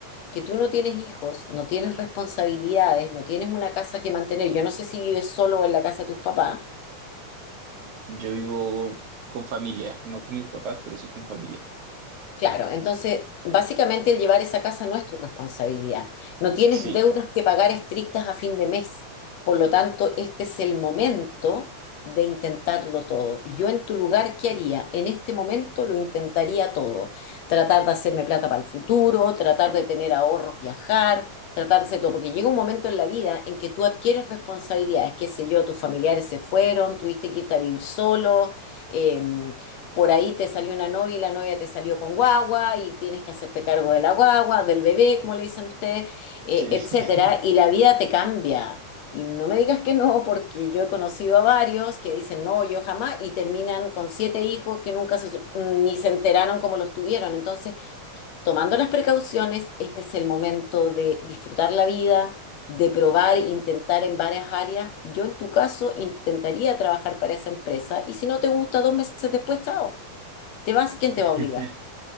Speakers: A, on the left; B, on the right.
A: Que tú no tienes hijos, no tienes responsabilidades, no tienes una casa que mantener. Yo no sé si vives solo en la casa de tus papás,
B: Yo vivo con familia, no con mis papás, pero sí con familia.
A: Claro, entonces básicamente el llevar esa casa no es tu responsabilidad. No tienes
B: Sí,
A: deudas que pagar estrictas a fin de mes. Por lo tanto, este es el momento de intentarlo todo. Yo en tu lugar, ¿qué haría? En este momento lo intentaría todo. Tratar de hacerme plata para el futuro, tratar de tener ahorros, viajar, tratar de hacer todo. Porque llega un momento en la vida en que tú adquieres responsabilidades. Qué sé yo, tus familiares se fueron, tuviste que irte a vivir solo em, por ahí te salió una novia y la novia te salió con guagua y tienes que hacerte cargo de la guagua, del bebé, como le dicen ustedes, eh,
B: sí.
A: etcétera,
B: <laughs>
A: y la vida te cambia. Y no me digas que no, porque yo he conocido a varios que dicen no, yo jamás, y terminan con siete hijos que nunca se, ni se enteraron cómo los tuvieron. Entonces, tomando las precauciones, este es el momento de disfrutar la vida, de probar, intentar en varias áreas. Yo en tu caso intentaría trabajar para esa empresa y si no te gusta dos meses después, chao te vas, ¿quién te
B: <laughs>
A: va a obligar?